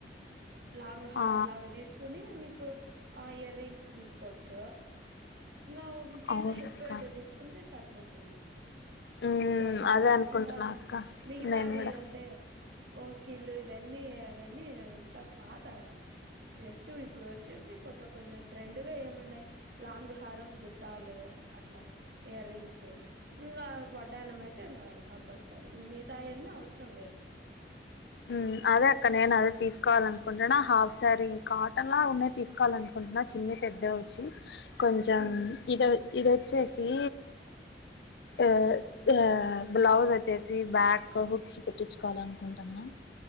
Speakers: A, on the right (about 65°); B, on the left (about 70°).
A: లా హారంలాగా
B: ఆ
A: తీసుకుని నీకు ఆ ఇయరింగ్స్ తీసుకోవచ్చు ఇంకా కింద
B: అవునక్క
A: హిప్ బెల్ట్ తీసుకుంటే సరిపోతుంది
B: ఉమ్
A: వడ్డానం
B: అదే అనుకుంటున్నా
A: ఇంగ
B: అక్క
A: మిగితావి
B: నేను కూడా
A: అంటే వంకీలు ఇవన్నీ అవన్నీ అంతా పాతగా జస్ట్ ఇప్పుడు వచ్చేసి కొత్త కొంచెం ట్రెండ్గా ఏమున్నాయి లాంగ్ హారం బుట్టాలు అట్లా ఇయరింగ్స్ ఇంగా వడ్డాణం అయితే ఇంగ అది కంపల్సరీ మిగతా తాయన్ని అవసరం లేదు
B: ఉమ్ అదే అక్క నేను అదే తీసుకోవాలి అనుకుంటున్న హాఫ్ సారీ కాటన్ లా ఉన్నయి తీసుకోవాలనుకుంటున్నా చున్నీ పెద్దగ వచ్చి కొంచం
A: ఉమ్
B: ఇద ఇదొచ్చేసి ఆ ఆ బ్లౌజ్ వచ్చేసి బ్యాక్ హుక్స్ పెట్టించుకోవాలి అనుకుంటున్న